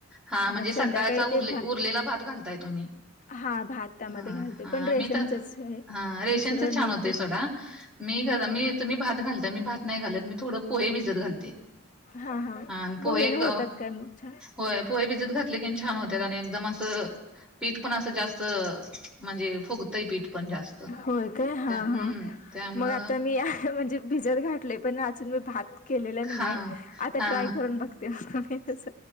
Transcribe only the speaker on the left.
मग
संध्याकाळी ते
हा भात त्यामध्ये
घालतोय
पण रेशनचच
आहे.
दुसरं
नाही
ते
हा
हा हा
न
होतात काय मग छान
होय काय हा
हा
मग आता मी म्हणजे भिजत घातलय पण अजून मी भात केलेलं नाहीये,
आता
ट्राय करून बघते मी तस